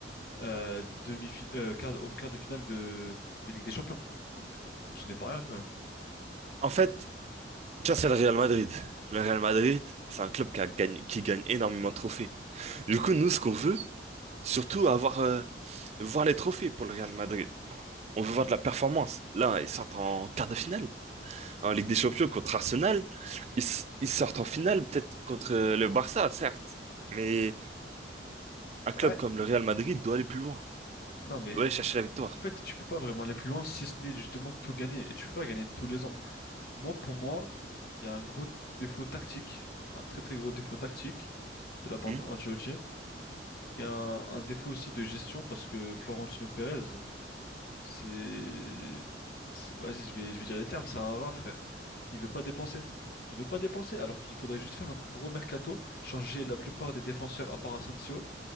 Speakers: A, on the left; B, on the right.
A: euh, demi quart, au quart de finale de, de Ligue des Champions. Donc, ce n'est pas rien quand même.
B: En fait, tu vois, c'est le Real Madrid. Le Real Madrid, c'est un club qui a gagné- qui gagne énormément de trophées. Du coup, nous, ce qu'on veut, surtout avoir, euh, voir les trophées pour le Real Madrid. On veut voir de la performance. Là, ils sortent en quart de finale. En Ligue des Champions contre Arsenal, ils, s- ils sortent en finale peut-être contre euh, le Barça, certes. Mais un club
A: Ouais.
B: comme le Real Madrid doit aller plus loin.
A: Non, mais
B: Doit aller chercher la victoire.
A: en fait, tu peux pas vraiment aller plus loin si ce n'est justement tout gagner. Et tu peux pas gagner tous les ans. Moi, pour moi, il y a un gros défaut tactique, un très très gros défaut tactique de la part
B: Hmm
A: d'Ancelotti et un, un défaut aussi de gestion parce que Florentino Pérez, c'est, c'est- vas-y, je vais, je vais dire les termes, c'est un rat, frère. Il veut pas dépenser. Il veut pas dépenser alors qu'il faudrait juste faire un gros mercato, changer la plupart des défenseurs à part Asensio.